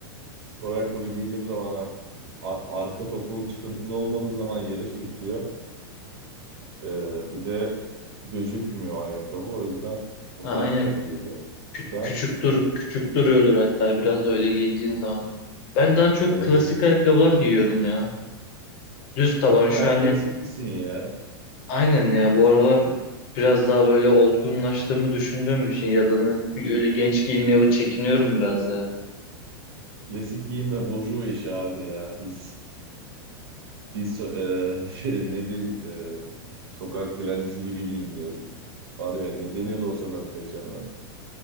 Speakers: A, on the right; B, on the left.
A: spor ayakkabı giydiğim zaman hem a- arka topu çıkıntılı olmadığı zaman yere sürtüyor. Ee, bir de gözükmüyor ayakkabı. O yüzden o
B: Ha,
A: tarz
B: aynen
A: tercih ediyorum.
B: Kü-
A: Sen
B: küçük dur küçük duruyordur hatta biraz öyle giydiğin zaman. Ben daha çok
A: öyle.
B: klasik ayakkabılar giyiyorum ya. Düz taban
A: Sen
B: şu
A: bayağı
B: hani
A: klasiklisin ya.
B: aynen ya bu aralar biraz daha böyle olgunlaştığımı düşündüğüm için ya da ne- öyle genç giyinmeye o çekiniyorum biraz ya.
A: Klasik giyinme burjuva işi abi ya. Biz biz so- e, <laughs> şey, ne diyeyim, e, sokak dilencisi gibi giyiniyoruz. Var ya ne deniyordu o sokakta yaşayanlara?